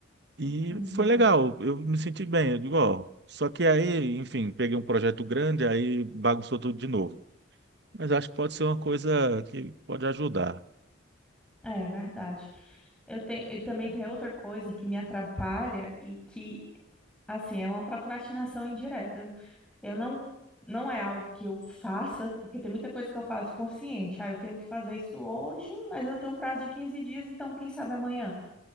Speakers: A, on the right; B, in the centre.
A: E
B: Uhum.
A: foi legal, eu me senti bem. Eu digo, ó, só que aí, enfim, peguei um projeto grande, aí bagunçou tudo de novo. Mas acho que pode ser uma coisa que pode ajudar.
B: É verdade. Eu tenho, e também tem outra coisa que me atrapalha e que, assim, é uma procrastinação indireta. Eu não, não é algo que eu faça, porque tem muita coisa que eu faço consciente. Ah, eu tenho que fazer isso hoje, mas eu tenho um prazo de 15 dias, então quem sabe amanhã.